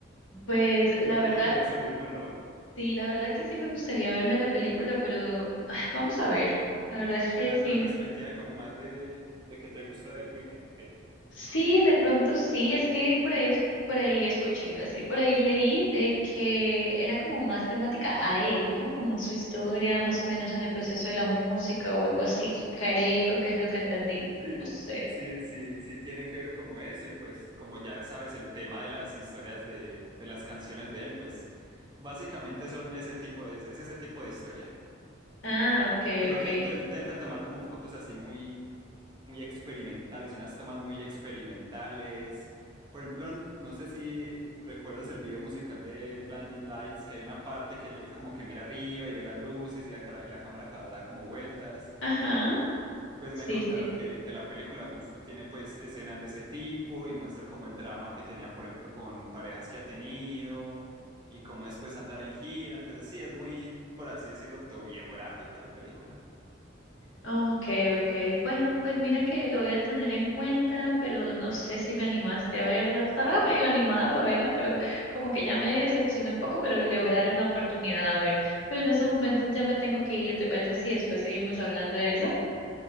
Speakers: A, on the left; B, on the right.
A: Pues
B: Que
A: la
B: no cometiera
A: verdad,
B: su mismo error.
A: sí, la verdad que sí me gustaría verme la película, pero ah, vamos a ver. La verdad es que
B: Pero desde
A: sí.
B: la perspectiva como más de, de que te gusta The Weeknd, ¿o qué?
A: Sí, de pronto sí, es que por ahí es, por ahí escuché, iba a decir, por ahí leí de que era como más temática a él, ¿no? Como su historia, más o menos en el proceso de la música o algo así. Creo que es lo que entendí.
B: Sí,
A: No sé.
B: sí, sí, sí tiene que ver como eso y pues como ya sabes el tema de las historias de, de las canciones de él, pues básicamente son ese tipo de, es ese tipo de historia.
A: Ah, okay,
B: Solo
A: okay.
B: que él, to- él tenta tomar como fotos así muy, muy experimentales, unas tomas muy experimentales. Por ejemplo, n- no sé si recuerdas el video musical de Blinding Lights, que hay una parte que él como que mira arriba y ve las luces y la, cara- y la cámara ca- da como vueltas.
A: Ajá,
B: Pues
A: sí,
B: me contaron
A: sí.
B: que, que la película justo tiene pues escenas de ese tipo y muestra como el drama que tenía, por ejemplo, con parejas que ha tenido y cómo es pues andar en gira. Entonces sí, es muy, por así decirlo, autobiográfica la película.
A: Okay, okay. Bueno, pues mira que lo voy a tener en cuenta, pero no sé si me animaste a verla. Estaba medio animada para verla, pero como que ya me decepcioné un poco, pero le voy a dar una oportunidad a ver. Pero en estos momentos ya me tengo que ir. ¿Te parece si después seguimos hablando de eso?